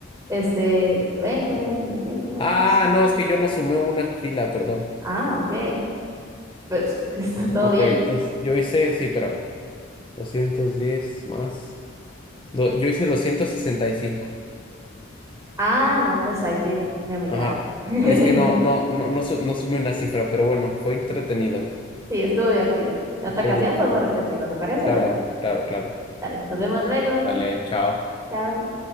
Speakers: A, on the right (about 15°); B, on the left (about 25°).
A: Este, 20, 95.
B: Ah, no, es que yo no sumé una fila, perdón.
A: Ah, ok. Pues, <laughs> ¿está todo
B: Ok,
A: bien?
B: entonces yo hice, sí, espérame, 210 más. do- yo hice 265.
A: Ah, no, pues ahí sí me humillaste.
B: Ajá.
A: <laughs>
B: Es que no, no, no, no, su- no sumé una cifra, pero bueno, fue entretenido.
A: Sí, estuvo divertido. En otra
B: Estuvo
A: ocasión
B: divertido.
A: podemos repetirlo, ¿te parece?
B: Claro, claro, claro.
A: Dale, nos vemos luego.
B: Dale, chao.
A: Chao.